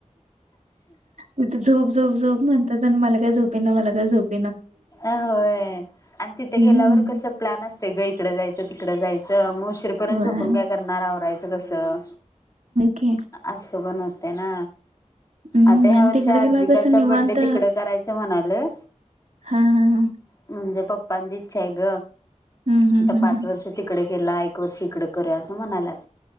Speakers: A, on the right; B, on the left.
A: तिथे झोप झोप झोप म्हणतात आणि मला काय झोपे ना मला काय झोप
B: अ होय, आणि तिथे
A: हम्म.
B: गेल्यावर कसं प्लॅन असत. ते ग इकडं जायचं तिकडं जायचं मग उशीरपर्यंत
A: व्हय
B: झोपून काय करणार आवरायचं कसं
A: खे <unintelligible>
B: अस पन होते ना.
A: हम्म
B: आता ह्या
A: आणि
B: वर्षी
A: तिकडे
B: आद्विकाचा
A: गेल्यावर कसं निवांत
B: बडे तिकड करायचं म्हणा लोय
A: हा, हा, हा,
B: म्हणजे पप्पांची इच्छा आहे ग
A: हं हं
B: आता
A: हं
B: पाच
A: हं.
B: वर्ष तिकडे केला एकक वर् श इकडे करे असं म्हणालात.